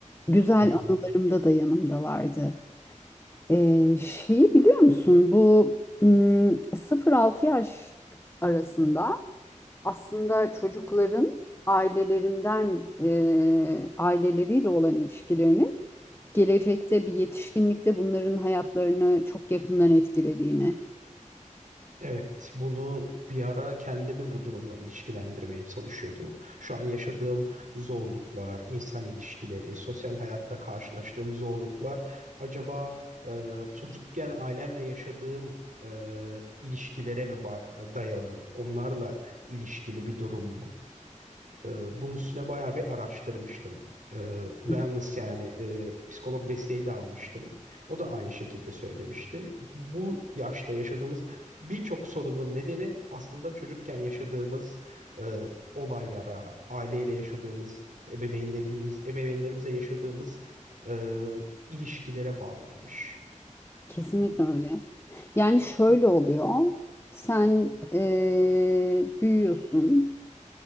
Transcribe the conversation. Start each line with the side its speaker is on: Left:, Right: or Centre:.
Left: Güzel
Right: Hı hı.
Left: anılarımda da yanımdalardı. Ee, şeyi biliyor musun? Bu ım, 0-6 yaş arasında aslında çocukların ailelerinden e, aileleriyle olan ilişkilerinin gelecekte bir yetişkinlikte bunların hayatlarını çok yakından etkilediğini.
Right: Evet, bunu bir ara kendimi bu durumla ilişkilendirmeye çalışıyordum. Şu an yaşadığım zorluklar, insan ilişkileri, sosyal hayatta karşılaştığım zorluklar, acaba e, çocukken ailemle yaşadığım e, ilişkilere mi ba- dayalı, onlarla ilişkili bir durum mu? Ee, bunun üstüne bayağı bir araştırmıştım. Ee, Wellness
Left: Hı hı.
Right: yani e, psikolog desteği de almıştım. O da aynı şekilde söylemişti. Bu yaşta yaşadığımız birçok sorunun nedeni aslında çocukken yaşadığımız e, olaylara, aileyle yaşadığımız, ebeveynlerimiz, ebeveynlerimizle yaşadığımız e, ilişkilere bağlıymış.
Left: Kesinlikle öyle. Yani şöyle oluyor. Sen eee, büyüyorsun,